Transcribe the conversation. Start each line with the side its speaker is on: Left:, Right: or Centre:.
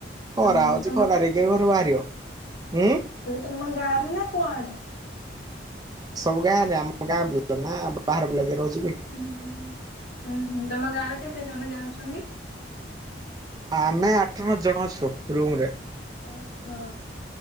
Right: ଖରା
Left: ଉଁ
Right: ହଉଛି
Left: ତମ
Right: ଖରାରେ କିଏ ଘରୁ ବାହାରିବ ହୁଁ
Left: ତମେ ତମ ଗାଁରେ ନା କୁଆଡେ଼?
Right: ସବୁ ଗାଁରେ ଆମ ଗାଁ ବିଲ ନା ବାହାର ପିଲା ବି ରହୁଛ
Left: ଉୁଁ ହୁଁ ଉଁ ହୁଁ ତମ ଗାଁରେ କେତେ ଜଣ ଯାଉଛନ୍ତି?
Right: ଆମେ ଆଠ
Left: ହଷ୍ଟେଲ
Right: ନ ଜଣ ଅଛୁ ରୁମ୍ ରେ।
Left: ଓହୋ।